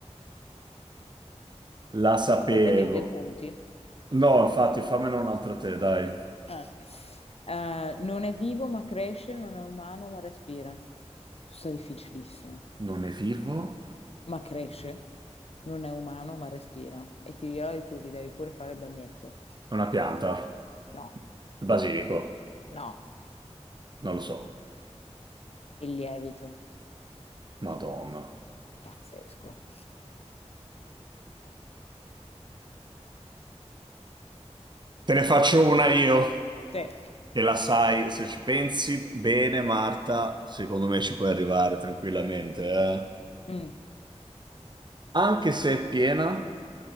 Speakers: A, on the right; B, on the left.
A: La sapevo.
B: ma stai tenendo i punti?
A: No, infatti, fammene un'altra te, dai.
B: Eh. Eh, non è vivo ma cresce, non è umano ma respira. Questo è difficilissimo.
A: Non è vivo?
B: ma cresce, non è umano, ma respira. E ti dirò di più, gli devi pure fare il bagnetto.
A: È una pianta.
B: No,
A: Il basilico.
B: no,
A: Non lo so.
B: il lievito,
A: Madonna.
B: pazzesco.
A: Te ne faccio
B: Vai.
A: una io,
B: Sì.
A: che la sai, se ci pensi bene, Marta, secondo me ci puoi arrivare tranquillamente, eh.
B: Mm.
A: Anche se è piena,